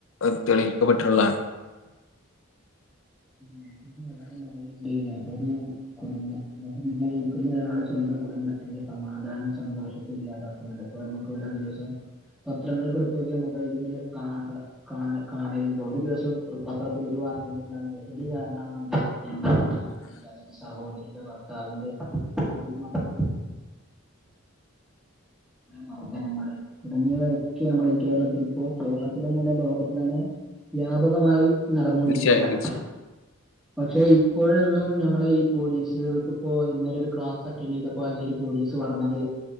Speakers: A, on the left; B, in the centre.
A: അ തെളിയിക്കപ്പെട്ടിട്ടുള്ളാൺ.
B: ലഹരി എലാരുംപറയണ്ട് ലഹരി. കുടുംബത്തിനായിനിക്കുന്നൊരാള് സ്വന്തം കുടുംബത്തിന്റെ സമാധാനം സന്തോഷോക്കെ ഇല്ലാതാക്കും. ഇവിടെ നമുക്ക് ഓരോ ദിവസം പത്രങ്ങളൊക്കെ എടുത്ത് നോക്കിയാ നമുക്ക് അതി ഇങ്ങനെ കാണാൻ സാ കാണ കാണല്ണ്ടോ ഒരു ദിവസം അ് പത്രത്തിൽ ഒരു വാർ. അതുകൊണ്ടാണ് ലെഹരികാരണം കൊണ്ട് <unintelligible> അല്ലെങ്കി സഹോദരിയുടെ ഭർത്താവിന്റെ <inaudible> മക്കള. മർദ്ദനങ്ങള് തുടങ്ങിയവയൊക്കെമ്മളെ ഈ കേരളത്തിൽ ഇപ്പോ കേരളത്തിലെന്നല്ല ലോകത്ത്തന്നെ. വ്യാപകമായി നടന്നൊണ്ടിരിക്കാണ്.
A: തീർച്ചയായും തീർച്ചയായും
B: പക്ഷെ ഇപ്പോഴൊന്നും ഞമ്മള് ഈ പോലീസുകൾക്ക് ഇപ്പോ ഇന്നലെ ഒരു ക്ലാസ് അറ്റൻറ് ചെയ്ത <unintelligible> പോലീസ് പറഞ്ഞത്